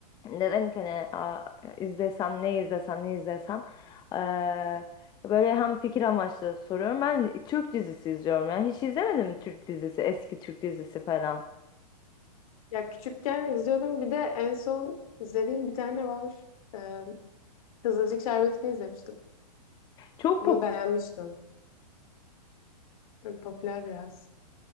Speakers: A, on the left; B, on the left.
A: Dedim ki hani "Aa, izlesem ne izlesem ne izlesem. Eee, böyle hem fikir amaçlı soruyorum. Ben Türk dizisi izliyorum yani Hiç izlemedim mi Türk dizisi? Eski Türk dizisi falan.
B: Ya küçükken izliyordum. Bir de en son izlediğim bir tane var. E, Kızılcık Şerbeti'ni izlemiştim.
A: Çok
B: Onu
A: popüler.
B: beğenmiştim. Böyle Popüler biraz.